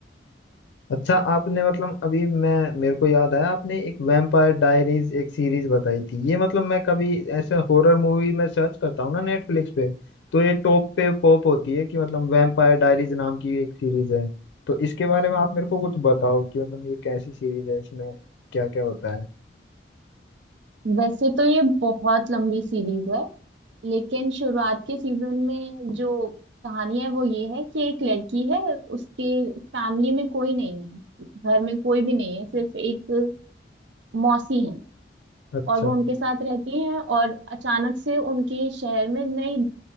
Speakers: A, on the left; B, on the right.
A: अच्छा आपने मतलब अभी मैं मेरे को याद आया आपने एक वैम्पायर डायरीज एक सीरीज बताई थी ये मतलब मैं कभी ऐसे हॉरर मूवी में सर्च करता हूँ ना नेटफ्लिक्स पे तो ये टॉप पे पॉप होती है कि मतलब वैम्पायर डायरीज नाम की एक सीरीज है तो इसके बारे में आप मेरे को कुछ बताओ कि मतलब ये कैसी सीरीज है इसमें क्या क्या होता है
B: वैसे तो ये बहुत लंबी सीरीज है लेकिन शुरुआत के सीजन में जो कहानी है वो ये है कि एक लड़की है उसके फैमिली में कोई नहीं है घर में कोई भी नहीं है सिर्फ एक मौसी है
A: अच्छा
B: और वो उनके साथ रहती हैं और अचानक से उनके शहर में नई